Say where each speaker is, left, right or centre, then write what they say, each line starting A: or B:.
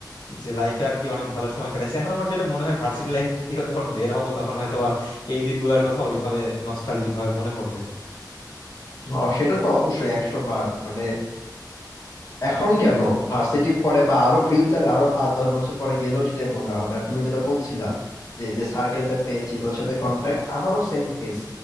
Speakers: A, on the left; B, on the left.
A: যে লাইফে আর কি অনেক ভালো সময় কাটাইছে এখন আমার যেটা মনে হয় ভার্সিটি লাইফটা থেকে যখন বের হবো তখন হয়তো বা এই দিনগুলোর কথা ওইভাবে নস্টালজিক ভাবে মনে পড়বে
B: ও, সেটা তো অবশ্যই একশো বার মানে এখন কেন ভার্সিটি পরে বা আরো ফিউচারে আরো পাঁচ দশ বছর পরে গেলেও সেটাই মনে হবে আর তুমি যেটা বলছিলা যে যে সার্কেলটা পেয়েছি তাদের সাথে কন্ট্যাক্ট আমারও সেম কেস